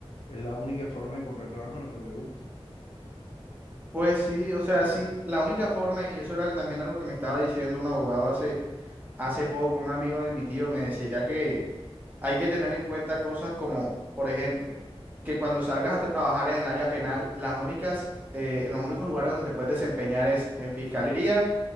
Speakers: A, on the left; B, on the right.
A: es la única forma de encontrar trabajo en lo que me gusta.
B: Pues sí, o sea, sí, la única forma, y eso era también algo que me estaba diciendo un abogado hace, hace poco, un amigo de mi tío me decía que hay que tener en cuenta cosas como, por ejemplo, que cuando salgas a trabajar en el área penal, las únicas, eh, en los únicos lugares donde te puedes desempeñar es en fiscalía,